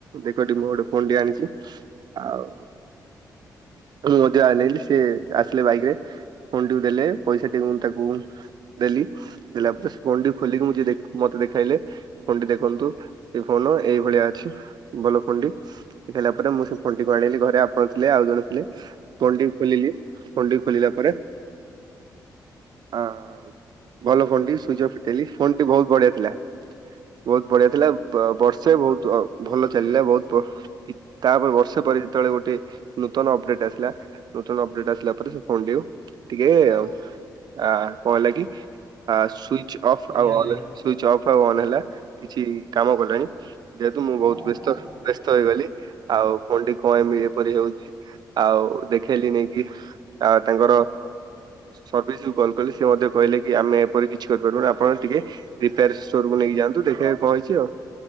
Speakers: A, on the right; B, on the right.
A: ଦେଖଟି ମୁଁ ଗୋଟେ ଫୋନଟି ଆଣିଛି। ଆଉ ମୁଁ ମଧ୍ୟ ନେଲିି ସେି ଆସିଲେ ବାଇକ ରେ। ଫୋନଟିକୁ ଦେଲେ ପଇସା ଟିକୁ ମୁ ତାକୁ। ଦେଲି ଦେଲା ପରେ ଫୋନ ଖୋଲିକି ମୁଁ ଯ ମତେ ଦେଖାଇଲେ। ଫୋନ ଟି ଦେଖନ୍ତୁ ଏ ଫୋନ ଏଇଭଳିଆ ଅଛି ଭଲ ଫୋନଟି ଦେଲା। ତା ପରେ ମୁଁ ସେ ଫୋନଟିକୁ ଆଣିଲି ଘରେ ଆପଣ ଥିଲେ ଆଉ ଜଣ ଥିଲେ। ଫୋନଟିକୁ ଖୋଲିଲି ଫୋନଟିକୁ ଖୋଲିଲା ପରେ। ହଁ ଭଲ ଫୋନ ଟି ସୁଇଜିଅଫ ଫିଟାଇଲି ଫୋନ ଟି ବହୁତ ବଢିଆ ଥିଲା। ବହୁତ ବଢିଆ ଥିଲା ବର୍ଷେ ବହୁତ ଭଲ ଚାଲିଲା ବହୁତ। ଠିକ୍। ତାପରେ ବର୍ଷେ ପରେ ଯେତେବେଳେ ଗୋଟେ ନୂତନ ଅପଡେଟ ଆସିଲା ନୂତନ ଅପଡେଟ ଆସିଲା ପରେ ସେ ଫୋନ ଟିକୁ। ଟିକେ ଆଉ ଆ କଣ ହେଲା କି ସୁଇ। ସୁଇଚଅଫ
B: ଆଜ୍ଞା
A: ଆଉ
B: ଆଜ୍ଞା।
A: ଅନ ହେଲା ଆଉ ହେଲା କିଛି କାମ କଲାନି। ଯେହେତୁ ମୁଁ
B: ହଁ
A: ବହୁତ ବ୍ୟସ୍ତ
B: ହଁ
A: ବ୍ୟସ୍ତ ହେଇଗଲି ଆଉ ଫୋନ୍ ଟି କଣ ଏମିତି। ପରି ହଉଛି ଆଉ ଦେଖ। ଖେଳି ନେଇକି ଆ ତାଙ୍କର ସର୍ଭିସ ଗଲ। କ ସେ ମଧ୍ୟ କହିଲେ କି ଆମେ ଏପରି କିଛି କରିପାରିବୁନି ଆପଣ ଟିକେ ରିପୋରୋ ଷ୍ଟୋରକୁ ନେଇକ ଯାଆନ୍ତୁ। ତୁ ଦେଖିବାକୁ କଣ ହେଇଛି ଆଉ